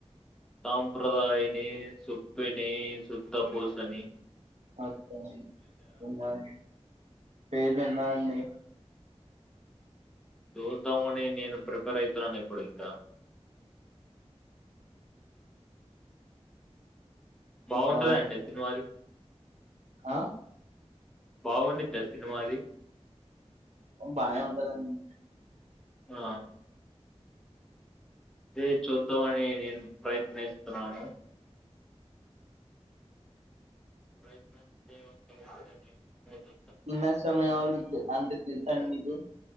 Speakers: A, in the centre; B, on the right.
A: సాంప్రదాయని సుప్పిని శుద్ధపూసణి
B: అఓడి ఎడి పేరు ఇన్నా అండి
A: చూతావుని నేను ప్రిపేర్ అయిత నన్న ఎప్పుడు ఇకా బాగుంటదా
B: ఇంకా
A: అండి సినిమాది
B: ఆ
A: బాగుండిద్ద సినిమాది
B: బానే ఉంటదండి
A: ఆ అదే చూద్దామని నేను ప్రయత్నిస్తున్నాను ప్రయత్నంస్తే వంతే నీ మోది
B: ఇన్న సమయం అవు అంటే తెలుసా అండి మీకు